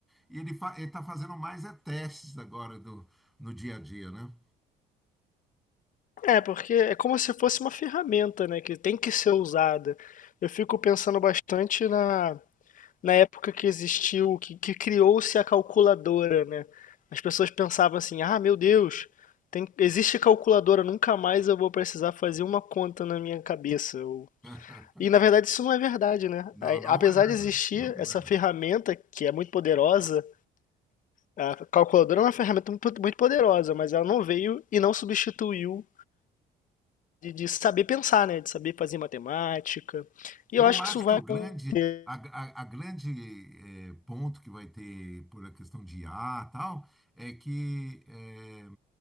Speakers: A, in the centre; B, on the left.
A: e ele fa- ele está fazendo mais é testes agora do, no dia a dia, né?
B: É, porque é como se fosse uma ferramenta, né? Que tem que ser usada. Eu fico pensando bastante na, na época que existiu, que, que criou-se a calculadora, né? As pessoas pensavam assim, ah, meu Deus, tem, existe calculadora, nunca mais eu vou precisar fazer uma conta na minha cabeça. Ou
A: <laughs>
B: E na verdade isso não é verdade, né?
A: Não,
B: A-
A: não
B: Apesar
A: é verdade.
B: de existir
A: Não é
B: essa
A: verdade.
B: ferramenta que é muito poderosa, a calculadora é uma ferramenta muito muito poderosa, mas ela não veio e não substituiu de, de saber pensar, né? De saber fazer matemática. E
A: Eu
B: eu acho
A: acho
B: que isso vai
A: que o
B: acontecer.
A: grande, a, a- a grande eh, ponto que vai ter por a questão de IA e tal, é que, eh,